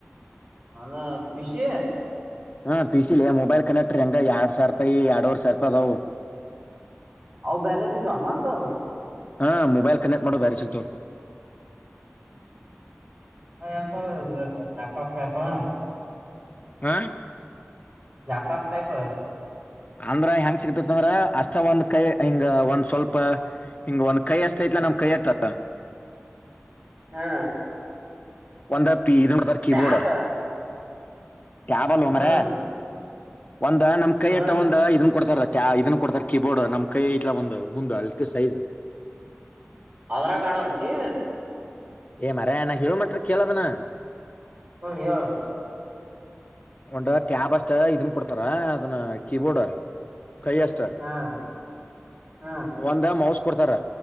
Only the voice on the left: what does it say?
ಹಾ ಪಿಸ ಸಲಿ ಮೊಬೈಲ್ ಕನೆಕ್ಟರ್ ಹೆಂಗ ಎರಡ್ ಸಾವಿ ರೂಪಾಯಿ ಎರಡೂವರೆ ಸಾವಿ ರಪಾಯಿ ಅದವು
ಹಾ ಮೊಬೈಲ್ ಕನೆಕ್ಟ್ ಮಾಡೋ ಬೇರೆ ಸಿಗ್ತವು
ಹಾ
ಅಂದ್ರ ಹೆಂಗ್ ಸಿಕ್ತತ್ಂದ್ರ ಅಷ್ಟ ಒಂದ್ ಕೈ ಹಿಂಗ ಒಂದ್ ಸ್ವಲ್ಪ ಹಿಂಗ ಒಂದ್ ಕೈ ಅಷ್ಟಐತಿ ಇಲ್ಲ ನಮ್ ಕೆತ್ತು
ಒಂದ ಪಿ ಇದು <unintelligible> ಕೀಬೋರ್ಡ್
ಕ್ಯಾಬ್ ಅಲೆ
ಮರಿಯ ಒಂದ್ ನಮ್ ಕೈ
ಅಟ್ಟ ಒಂದ ಇದ ಕೊಡ್ತಾರ ಇದನ್ ಕೊಡ್ತಾರ ಕೀಬೋರ್ಡ್ ನಮ್ ಕೈ ಇಟ್ಲ ಒಂದು ಮುಂದ ಅಲ್ಲಿತಿ ಸೈಜ್
ಏ ಮಾರಾಯ ನಾ ಹೇಳ ಮಾತ್ರ ಕೇಳದನ
ಒಂದು ಟ್ಯಾಬ್ ಅಷ್ಟ ಇದನ್ ಕೊಡ್ತಾರ ಅದನ್ನ ಕೀಬೋರ್ಡ್ ಕೈ ಅಷ್ಟ
ಒಂದು ಮೌಸ್ಟ್ ಕೊಡ್ತಾರ